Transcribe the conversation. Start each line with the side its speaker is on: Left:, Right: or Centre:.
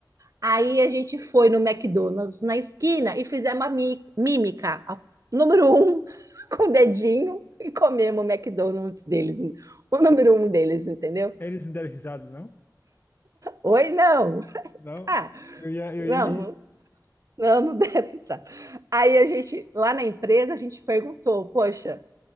Right: Aí a gente foi no McDonald's na esquina e fizemos a mi- mímica, a- número um, <laughs> com o dedinho, e comemos o McDonald's deles, o número um deles, entendeu?
Left: Eles não deram risada, não?
Right: Oi, não.
Left: Não.
Right: Ah,
Left: Eu ia, eu
Right: não,
Left: ia rir.
Right: não, não, não <laughs> deve estar. Aí a gente, lá na empresa, a gente perguntou, poxa,